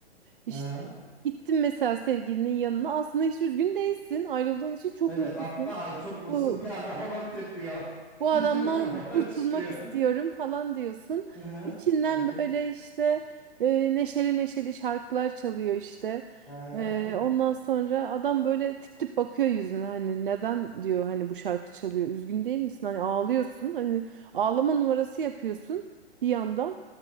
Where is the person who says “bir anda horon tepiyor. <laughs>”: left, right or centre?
Centre